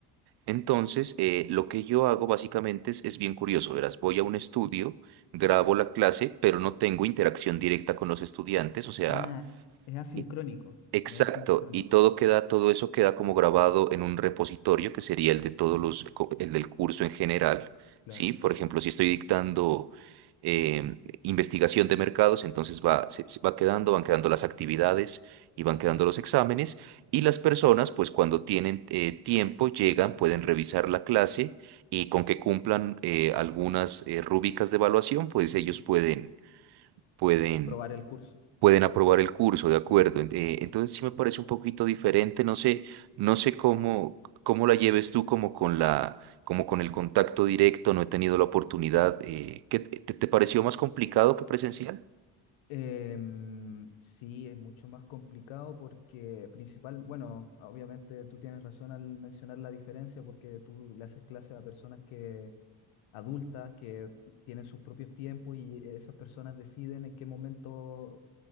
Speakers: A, on the right; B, on the left.
A: Entonces, eh, lo que yo hago básicamente es, es bien curioso, verás, voy a un estudio, grabo la clase, pero no tengo interacción directa con los estudiantes, o sea,
B: Ah, es asincrónico,
A: i- Exacto,
B: no es sincrónico,
A: y todo queda, todo eso queda como grabado en un repositorio que sería el de todos los, co- el del curso en general,
B: claro.
A: ¿sí? Por ejemplo, si estoy dictando em, investigación de mercados, entonces va, se, se va quedando, van quedando las actividades y van quedando los exámenes, y las personas, pues cuando tienen eh, tiempo, llegan, pueden revisar la clase y con que cumplan eh, algunas eh, rúbricas de evaluación, pues ellos pueden, pueden
B: Aprobar el curso.
A: pueden aprobar el curso, de acuerdo. En- eh, entonces sí me parece un poquito diferente, no sé, no sé cómo, cómo la lleves tú como con la, como con el contacto directo, no he tenido la oportunidad. eh, ¿qué te, te pareció más complicado que presencial?
B: Em, sí, es mucho más complicado porque principal, bueno, obviamente tú tienes razón al mencionar la diferencia porque tú le haces clases a personas que adultas que tienen sus propios tiempos y esas personas deciden en qué momento